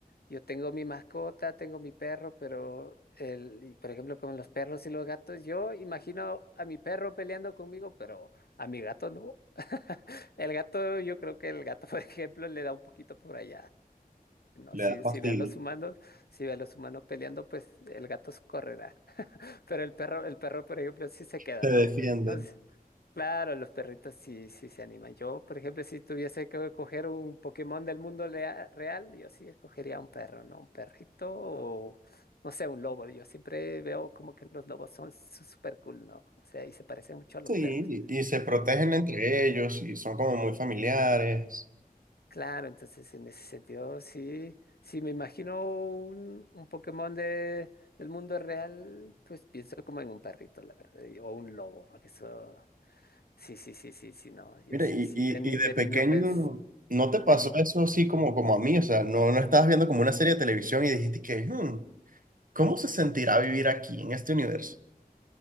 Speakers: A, on the left (about 85°); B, on the right (about 60°).
A: Yo tengo mi mascota, tengo mi perro, pero el, y, por ejemplo, con los perros y los gatos, yo imagino a mi perro peleando conmigo, pero a mi gato no. <laughs> El gato, yo creo que el gato, <laughs> por ejemplo, le da un poquito por allá. No, si,
B: Le da fastidio,
A: si ve a los humanos, si ve a los humanos peleando, pues el gato se correrá. <laughs> Pero el perro, el perro, por ejemplo, sí se queda,
B: te defiende.
A: ¿no? Entonces, claro, los perritos sí, sí se animan. Yo, por ejemplo, si tuviese que escoger un Pokémon del mundo lea- real, yo sí escogería un perro, ¿no? Un perrito o, no sé, un lobo. Yo siempre veo como que los lobos son súper cool, ¿no? O sea, y se parecen mucho a los
B: Sí,
A: perros.
B: y, y se protegen entre ellos y son como muy familiares.
A: Claro, entonces en ese sentido sí, sí me imagino un, un Pokémon de, del mundo real, pues pienso como en un perrito, la verdad, y- o un lobo, porque eso, sí, sí, sí, sí, sí, no, yo
B: Mira,
A: sí,
B: y,
A: sí,
B: y,
A: de, ni-
B: y de
A: de
B: pequeño,
A: niño pens,
B: ¿no te pasó
A: de ni-
B: eso así como, como a mí? O sea, no, no estabas viendo como una serie de televisión y dijiste que, "Hmm, ¿cómo se sentirá vivir aquí, en este universo?